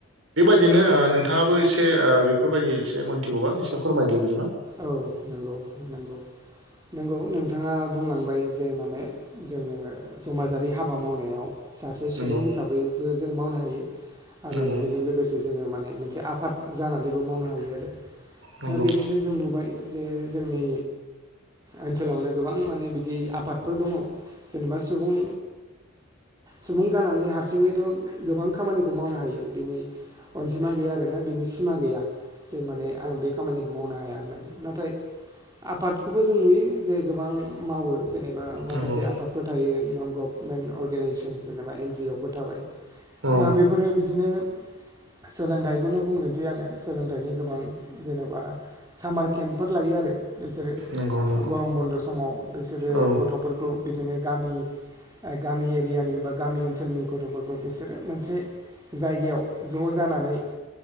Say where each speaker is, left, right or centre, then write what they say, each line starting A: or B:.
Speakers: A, on the right; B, on the right.
A: बिदिनो ओ नोंथाङाबो एसे ओ बेफोरबायदि एसे मोनथिगौ बा एसे फोरमायदो बिदिबा
B: औ नंगौ नंगौ। नोंगौ नोंथाङा दा बुंलांबाय जे माने जोंङो समाजारि हाबा मावनायाव सासे सुबुं
A: नंगौ
B: हिसाबैबो जों मावनो हायो आरो
A: नंगौ
B: बेजों लोगोसे जोंङो माने मोनसे आ फाद जानानैबो मावनो हायो आरो
A: नंगौ
B: दा बिदिनो जों नुबाय जे जोंनि ओनसोलावनो गोबां माने बिदि आफादफोर दङ जेनेबा सुबुं सुबुं जानानै हारसिङैथ' गोबां खामानिखौ मावनो हायो बिनि अनजिमा गैया आरोना बिनि सिमा गैया। जे माने आं बे खामानिखौ मावनो हाया होननानै नाथाय आफादखौबो जों नुयो जे गोबां मावो जेनेबा माखासे
A: नंगौ
B: आफाद फोर थायो नन गभारनमेन्ट अर्गेनाइजेसन जेनेबा एनडि अ फोर थाबाय।
A: औ
B: दा बेफोरो बिदिनो सोलोंथाइखौनो बुंग्रोनोसै आंङो सोलोंथाइनि गोबां जेनेबा सामार केम्पफोर लायो आरो बिसोरो
A: नंगौ नंगौ
B: गरम बन्द' समाव बिसोरो
A: औ
B: गथ'फोर खौ बिदिनो गामि गामि एरियानि बा गामि ओनसोलनि गथ'फोरखौ बिसोरो मोनसे जायगायाव ज' जानानै